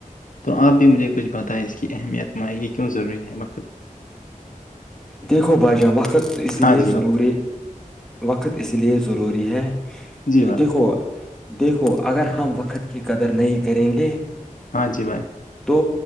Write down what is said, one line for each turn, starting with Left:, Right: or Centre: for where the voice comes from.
Left: تو آپ بھی مجھے کچھ بتائیں اس کی اہمیت مائ یہ کیوں ضروری ہے مخود
Centre: دیکھو بھائی جان وقت اسی
Left: ہاں
Centre: لیے
Left: جی بھائی
Centre: ضروری وقت اس لیے ضروری ہے
Left: جی
Centre: کہ
Left: بھائی
Centre: دیکھو دیکھو اگر ہم وقت کی قدر نہیں کریں گے
Left: ہاں جی بھائی
Centre: تو